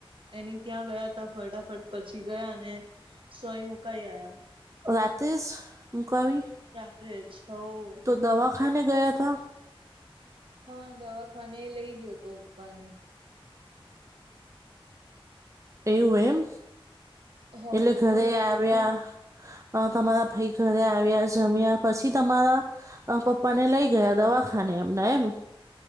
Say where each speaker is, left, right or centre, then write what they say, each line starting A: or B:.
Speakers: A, on the right; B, on the right.
A: એની ત્યાં ગયા ત ફટાફટ પછી ગયા અને, સોય મુકાઈ આયા.
B: રાતેેસ મુકાવી?
A: ત છ <unintelligible>
B: તો દવા ખાને ગયા ત?
A: હા દવાખાને એ લઈ ગયો હતો પપ્પાને.
B: એવું એમ,
A: હોવ
B: એટલે ઘરે
A: પણ
B: આવ્યા. તમારા ભાઈ ઘરે આવ્યા જમ્યા પછી તમારા પપ્પા ને લઈ ગયા દવાખાને એમના એમ.